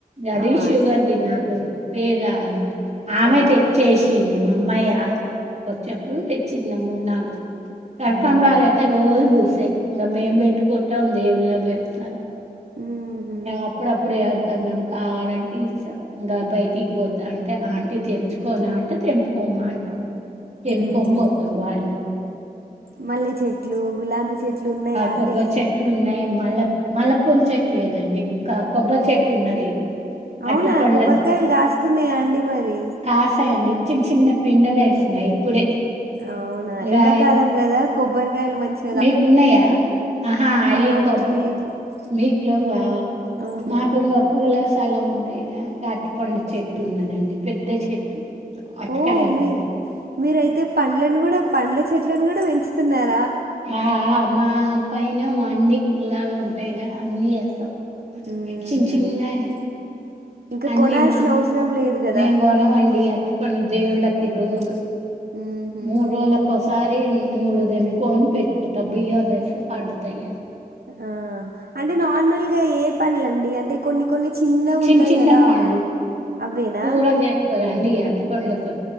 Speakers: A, on the right (about 45°); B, on the right (about 75°).
A: గది
B: ఆ
A: శుగర్
B: స్
A: దినకు వేరాదు ఆమె
B: ఓకే
A: తెచ్చేసింది మా అమ్మాయ ఒకచ్చప్పుడు తెచ్చింది మూడు నాలుగు కరకంరలు
B: అవునా
A: అయితే రోజు పూసాయి ఇంకా మేం పెట్టుకుంటా ఉ దేవుళ బేడస
B: ఊహు
A: అప్పుడప్పుడే అన్నావు కావాలంటే ఇస్తాం ఇంకా బయటికి పోతా అంట ఆంటీ తెంచుకోన అంట తెంపుకోమ్మ అంటాం ఎంకొం
B: ఊహు
A: పోతారు వాల
B: మల్లె చెట్లు గులాబీ చెట్లు ఉన్నాయా
A: కొబ్బరి
B: అండి
A: చెట్లు మల్ల మల్ల పూలు చెక్కలేదండి కొబ్బరి
B: ఆ
A: చెట్టు ఉన్నది అట్టు
B: అవునా
A: పంల
B: కొబ్బరికాయలు కాస్తున్నాయా అండి మరి
A: కాసయండి చిన్న చిన్న పిన్నలు వేస్తున్నాయి ఇప్పుడే
B: అవునా
A: ఇంకా
B: ఎన్నకాలంగా కదా కొబ్బరికాయలు మంచి
A: మీకున్నాయా ఆహా అవి
B: మాకు
A: కొబ్
B: లేవు
A: మీ ఎ వా
B: ఆహా
A: నాకుంగ అప్పుల్లా చాలా ఉంటాయిగా తటిపండ్ల చెట్టు ఉన్నదండి పెద్ద చెట్టు అరటికాయలు
B: ఓ మీ మీరయితే పండ్లను కూడా పండ్ల చెట్లను కూడా పెంచి తునార్
A: ఆ మా పైన అన్ని కుల్లాగా ఉంటాయి ఇ అన్ని వస్తాం
B: మ్మ్హ్మ్.
A: వక్షించన్నాయి
B: ఇంకా
A: అన్నీ
B: కొనాల్సిన
A: మా
B: అవసరం లేదు కదా
A: మేంగనం వండి అట్ ప్ప దేవుళ్ళకి ఇరుదు
B: మ్మ్హ్మ్.
A: మరు వోలకు వస్తం ఒకసారి మూడు దంపుకొని పెట్టుకుంటా బియ్యలు వేస్తే పండుతాయ
B: ఆ అంటే నార్మల్ గా ఏ బన లేండి అంటంటి కొన్ని కొన్ని చిన్నవి
A: చిన్న
B: ఉంటాయి
A: చిన్న
B: కదా
A: పండ్లు
B: అవ్వ అవేనా
A: కూర చేస్తారండి అటుపండ్లతో